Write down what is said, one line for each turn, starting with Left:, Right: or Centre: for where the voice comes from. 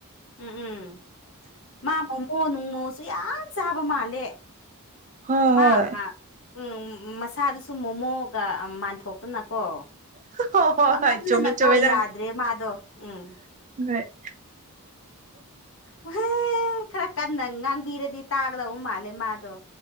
Left: ꯎꯝ ꯎꯝ ꯃꯥ ꯃꯣꯃꯣ ꯅꯨꯡꯃꯣꯁꯨ ꯌꯥꯝ ꯆꯥꯕ ꯃꯥꯜꯂꯦ
Right: ꯍꯣꯏ
Left: ꯃꯥ
Right: ꯍꯣꯏ
Left: ꯎꯝ ꯃꯁꯥꯗꯨꯁꯨ ꯃꯣꯃꯣꯒ ꯃꯥꯟꯊꯣꯛꯇꯅꯀꯣ
Right: ꯍ ꯍꯣꯏ
Left: ꯆꯃꯟꯗꯅꯀꯣ
Right: ꯍꯣꯏ ꯆꯨꯝꯃꯦ ꯆꯃꯦ ꯇꯔ
Left: ꯌꯥꯗ꯭ꯔꯦ ꯃꯥꯗꯣ ꯎꯝ
Right: ꯍ <inaudible>
Left: ꯎꯍꯦ ꯈꯔ ꯀꯟꯅ ꯉꯥꯡꯕꯤꯔꯗꯤ ꯇꯥꯒꯗꯧꯕ ꯃꯥꯜꯂꯦ ꯃꯥꯗꯣ